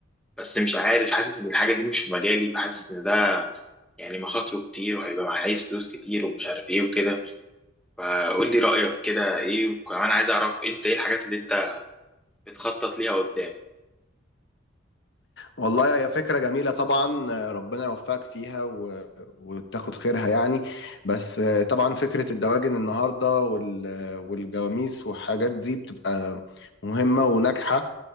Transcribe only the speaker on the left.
والله هي فكره جميله طبعا آه، ربنا يوفقك فيها و... وتاخد خيرها يعني بس آه، طبعا فكره الدواجن النهارده وال... آه، والجواميس والحاجات دي بتبقى مهمه وناجحه